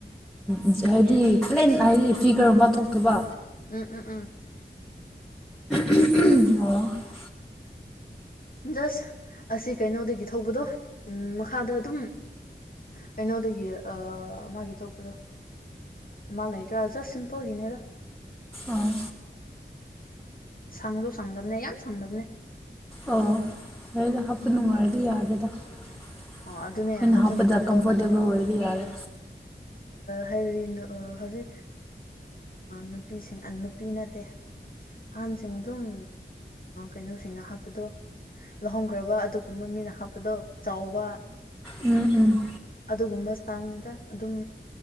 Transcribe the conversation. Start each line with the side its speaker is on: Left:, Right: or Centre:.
Centre: ꯎ ꯍꯥꯏꯗꯤ ꯄ꯭ꯂꯦꯟ ꯍꯥꯏꯗꯤ ꯐꯤꯒꯔꯒꯨꯝꯕ ꯊꯣꯛꯇꯕ
Left: ꯎꯝ ꯎꯝ ꯎꯝ
Centre: ꯑꯣ
Left: ꯖꯁ ꯑꯁꯤ ꯀꯩꯅꯣꯗꯒꯤ ꯊꯧꯕꯗꯣ ꯎ ꯃꯈꯥꯗ ꯑꯗꯨꯝ ꯀꯩꯅꯣꯗꯒꯤ ꯑ ꯃꯥꯒꯤ ꯊꯣꯛꯄꯗꯣ ꯃꯂ ꯍ ꯇ ꯑꯖ ꯁ ꯁꯤꯝꯄꯜ ꯍꯤꯡꯅꯔ
Centre: ꯑꯣ
Left: ꯁꯪꯁꯨ ꯁꯥꯡꯗꯝꯅꯦ ꯌꯥꯝ ꯁꯥꯡꯗꯝꯕꯅꯦ
Centre: ꯑꯣ ꯐꯗ ꯍꯥꯞꯄ ꯅꯨꯅꯨꯡꯉꯗꯤ ꯌꯥꯗꯦꯗ ꯑꯩꯈꯣꯏꯅ
Left: ꯑꯣ ꯑꯗꯨꯅꯦ ꯍꯥꯞꯄ
Centre: ꯍꯥꯞꯄꯗ
Left: ꯅꯨꯡꯉꯥꯏꯗꯧ
Centre: ꯀꯝꯐꯣꯔꯇꯦꯕꯜ
Left: ꯃꯥꯟꯕ
Centre: ꯑꯣꯏ ꯌꯥꯔꯦ
Left: ꯍꯥꯏꯕꯗꯤ ꯍꯧꯖꯤꯛ ꯅꯨꯄꯤꯁꯤꯡ ꯅꯨꯄꯤ ꯅꯠꯇꯦ ꯑꯍꯥꯟꯁꯤꯡꯗꯨꯝ ꯀꯩꯅꯣꯁꯤꯡꯅ ꯍꯥꯞꯄꯗꯣ ꯂꯧꯍꯣꯡꯈ꯭ꯔꯕ ꯑꯗꯨꯒꯨꯝꯕ ꯃꯤꯅ ꯍꯥꯞꯄꯗꯣ ꯆꯥꯎꯕ
Centre: ꯎꯝ ꯎꯝ
Left: ꯑꯗꯨꯒꯨꯝꯕ ꯁ꯭ꯇꯥꯥꯏꯜꯅꯤꯗ ꯑꯗꯨꯝ